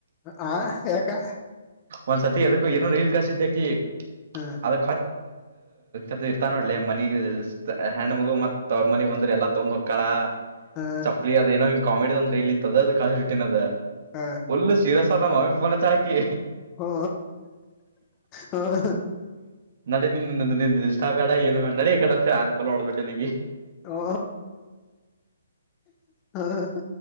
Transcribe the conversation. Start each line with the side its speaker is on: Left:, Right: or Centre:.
Left: ಹಾ ಯಾಕೆ
Right: ಒಂದ್ಸತಿ ಅದಕ್ಕೂ ಏನ ರೈಲ್ ಕಾಶ ಇದ್ದ್ಯಾಕಿ
Left: ಹಾ
Right: ಅದಚ್ ಅದು ಇರ್ತಾ ನೋಡ್ಲಿ ಮನಿ ಹೆಣಂಡ್ ಮಗು ಮತ್ ಅವ್ರ ಮನಿ ಬಂದ್ರ ಎಲ್ಲಾ ತೊಂದ್ ಹಕ್ಕಳ
Left: ಹಾ
Right: ಚಪ್ಪಲಿ ಅದ ಏನೋ ಹಿಂಗ್ ಕಾಮಿಡಿ ಒಂದ ರ ಇತ್ತದ ಅದು ಕಳಿಸಿ ಬಿಟ್ಟಿದ್ದೇನೆ ಅದ
Left: ಹಾ
Right: ಫುಲ್ಲು ಶೀರೋಸರ್ ನಮ್ಮಮ್ಮನಿಗೆ ಪೋನ ಅಚ್ಚಳ ಹಾಕಿ
Left: ಹಓ ಹ
Right: ನಡಡಿ ನಿ ನಿ ನಿಷ್ಟ ಬೇಡ ಏನು ನೀ ಈ ಕಡೆತ್ತ ಅನ್ಪಲ್ ನೋಡ್ಬಟ್ಟ ನಗೆ
Left: ಓ ಹ